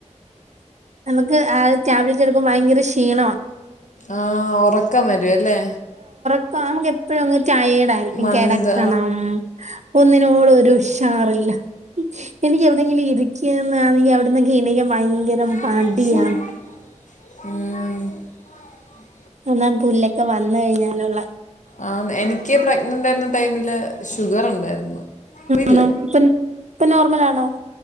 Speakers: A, on the right; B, on the left.
A: നമുക്ക് ആ ടാബ്ലറ്റ് എട് ക്കുമ്പം ഭയങ്കര ക്ഷീണമാ
B: ആ ഉറക്കം വരു അല്ലേ
A: <unintelligible> എപ്പഴും അ ടയേഡായിരിക്കും
B: മന്ത്
A: കെടക്കണം ഒന്നിനും <unintelligible> ഉഷാറില്ല എനിക്ക് എവിടെങ്കിലും ഇരിക്ക്യ ണെങ്കി അവിടന്നൊക്കെ എണീക്കാൻ ഭയങ്കര മടിയാ
B: <unintelligible> ആ
A: എന്നാല് പുല്ലൊക്കെ വന്ന് കഴിഞ്ഞാലുള്ള
B: ആ എനിക്ക് പ്രഗ്നൻ്റായിരുന്ന ടൈമില് ഷുഗർ ഉണ്ടായിരുന്നു ഇപ്പൊ ഇല്ല
A: ആണോ ഇപ്പൊ ഇപ്പം നോർമൽ ആണോ